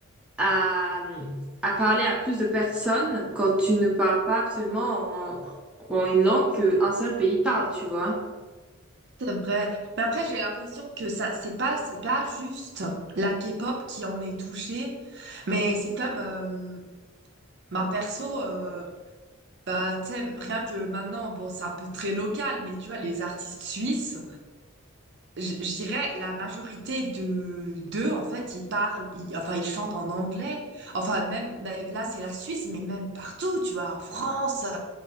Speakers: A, in the centre; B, on the right.
A: à à parler à plus de personnes quand tu ne parles pas absolument en, en une langue qu'un seul pays parle, tu vois.
B: c'est vrai. Mais après, j'ai l'impression que ça, c'est pas, c'est pas juste la K-pop qui en est touchée, mais c'est comme, euh, ben, perso, euh, bah, tu sais, rien que maintenant, bon, c'est un peu très local, mais tu vois, les artistes suisses. Je, je dirais la majorité de d'eux, en fait, ils parlent, ils- enfin, ils chantent en anglais. Enfin, même mais là, c'est la Suisse, mais même partout, tu vois, en France, euh,